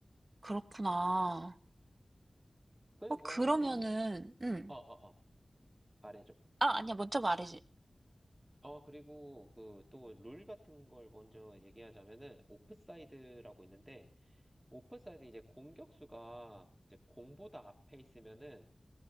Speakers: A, on the right (about 40°); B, on the right (about 15°).
A: 그렇구나.
B: 그래,
A: 어
B: 뭐
A: 그러면은
B: 또,
A: 음.
B: 어, 어, 어, 말해줘.
A: 아 아니야. 먼저 말해줘.
B: 어, 그리고 그 또 룰 같은 걸 먼저 얘기하자면은, 오프사이드라고 있는데, 오프사이드 이제 공격수가 이제 공보다 앞에 있으면은